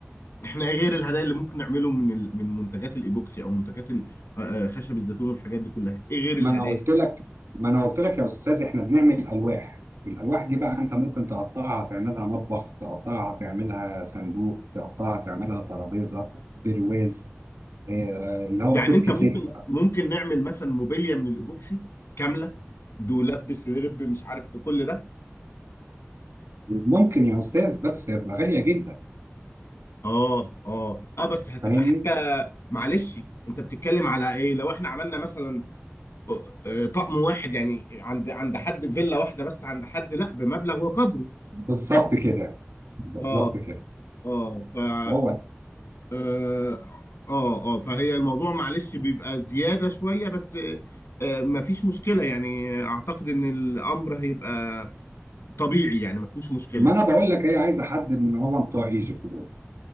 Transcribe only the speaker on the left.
احنا غير الهدايا اللي ممكن نعمله من ال... من منتجات الايبوكسي او منتجات ال- آه، آه، خشب الزيتون والحاجات دي كلها ايه غير الهدايا
يعني
انت ممكن
ممكن نعمل مثلا موبيليا من الايبوكسي كامله دولاب بسرير مش عارف بكل ده
اه اه اه بس هتبقى
حاجه معلش انت بتتكلم على ايه لو احنا عملنا مثلا آه، طقم واحد يعني عند عند حد فيلا واحده بس عند حد لا بمبلغ وقدره
اه
اه
اه اه آه، فهي الموضوع معلش بيبقى زيادة شوية بس آه، مفيش مشكلة يعني اعتقد ان الامر هيبقى طبيعي يعني مفيش مشكلة